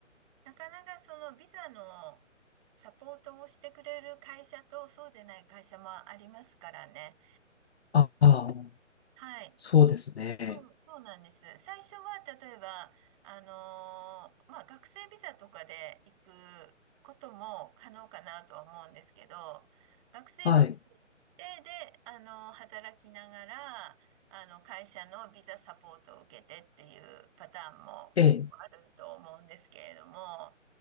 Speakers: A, on the right (about 25°); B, on the left (about 55°).
A: なかなかそのビザのサポートをしてくれる会社とそうでない会社もありますからね。
B: ああ、
A: はい。
B: そうですね。
A: そう、そうなんです。最初は、例えば、あのーまあ、学生ビザとかで行くことも可能かなとは思うんですけど、学生ビザで行って、
B: はい。
A: で、あのー働きながら、あの、会社のビザサポートを受けてっていうパターンも結構あると思うんですけれども、
B: ええ、